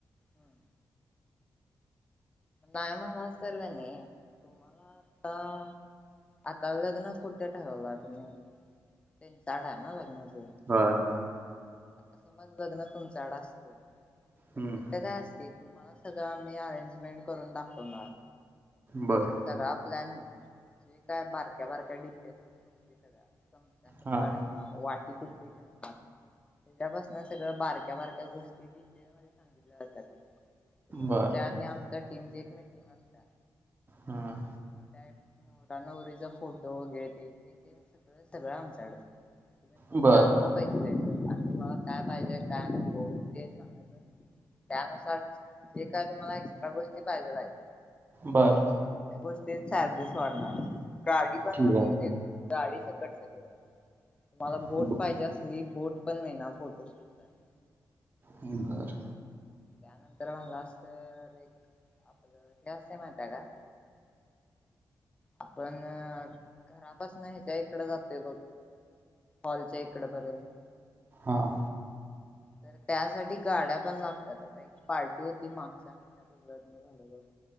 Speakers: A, on the left (about 15°); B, on the right (about 30°).
A: हम नाहीय म्हणला तरी कणी तुम्हाला आता आता लग्न कुठे ठरवला तुम्ही डा ना लग्न त
B: वह
A: आता समज लग्न तुमच्याकड असत तर
B: हम्म
A: तितकं काय असतील तुम्हाला सगळं आम्ही अरेंजमेंट करून दाखवणार
B: बर
A: सगळा प्लॅन जे काय बारक्या बारक्या डिटेल मध्ये गोष्टी सगळ्या कुठला
B: हा
A: ठेवणार वाटी कुठली ठेवणार त्या्यापासून सगळं बारक्या बारक्या गोष्टी डिटेल मध्ये सांगितल्या जातात तुमच्या
B: बर
A: आणि आमच्या टीमची एक मेटिंग असत
B: हम्म
A: मग त्या नवरा नवरीचा फोटो वगैरे ते ते सगळं सगळं आमच्याकडं फक्त
B: बर
A: आम्हाला पैसे द्यायचं मला काय पाहिजेय काय नको ते सांगायच त्यानुसार जे काय तुम्हाला एक्स्ट्रा गोष्टी पाहिजेल आहेत
B: बरं
A: गोष्टी चार्जेस वाढणार गाडी पण
B: ठीक
A: आम्ही देतो. गाडी सकट सगळ आहे तुम्हाला
B: आहे
A: बोट
B: ब-
A: पाहिजे असली बोट पण मिळणार फोटोशूटसाठी.
B: बर
A: त्यानंतर मग जास्त एक आपलं असते माहि आहे का? आपण घरापास नाहीच्या इकड जातेय बघ. हॉल च्या इकडे पर्यंत.
B: हां
A: तर त्यासाठी गाड्या बण लागतात आता एक पार्टी होती मागच्या महिन्यात लग्न झालेलं होतं.